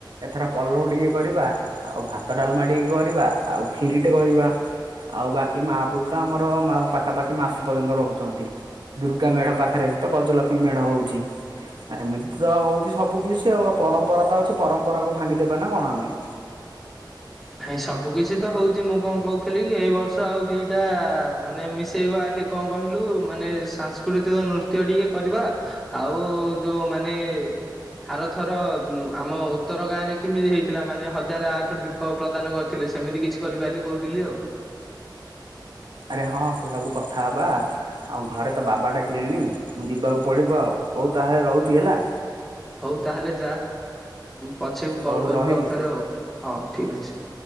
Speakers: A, on the right (about 75°); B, in the centre.
A: ଏଥର ପଲଉ ଟିକେ କରିବା ଆଉ, ଭାତ, ଡାଲମା, ଟିକେ କରିବା ଆଉ କ୍ଷିରି ଟେ କରିବା। ଆଉ ବାକି ମହାପୁରୁଷ ଆମର ପାଖାପାଖି ମାସେ ପର୍ଯ୍ୟନ୍ତ ରହୁଛନ୍ତି। ଦୁର୍ଗା ମେଢ ପାଖରେ ତ ଗଜଲକ୍ଷ୍ମୀ ମେଢ ହଉଛି। ଏମିତି ତ ହଉଛି ସବୁ କିଛି ଆଉ ପରମ୍ପରା ତ ଅଛି ପରମ୍ପରା କୁ ଭାଙ୍ଗିଦବେ ନା କଣ ଆମେ।
B: ନାଇଁ ସବୁ କିଛି ତ ହଉଛି ମୁଁ କଣ କହୁଥିଲି କି ଏଇ ବର୍ଷ ଆଉ ଦିଟା ମାନେ ମିଶି ସେଇ ବାଲି କଣ କହିଲୁ ମାନେ ସାଂସ୍କୃତିକ ନୃତ୍ୟ ଟିକେ କରି କରିବା ଆଉ ଯୋଉ ମାନେ ଆରଥର ଆମ ଉତ୍ତର ଗାଁ ରେ କେମିତି ହେଇଥିଲା। ମାନେ ହଜାର ଆଠ ଦୀପ ପ୍ରଦାନ କରିଥିଲେ ସେ ସେମିତି କିଛି କରିବା ବୋଲି କହୁଥିଲି ଆଉ।
A: ଆରେ ହଁ ସେ ସବୁ କଥା ହବା ଆଉ ଘରେ ତ ବାବା ଡାକିଲେଣି। ମୁଁ ଯିବାକୁ ପଡିବ ଆଉ ହଉ ତାହେଲେ ରହୁଛି ହେଲା।
B: ହଉ ତାହେଲେ ଯା ପଛେଇକୁ
A: ହଉ
B: କଲ୍ କରିବୁ
A: ରହିଲି।
B: ଆଉଥରେ ଆଉ ହଁ ଠିକ୍ ଅଛି।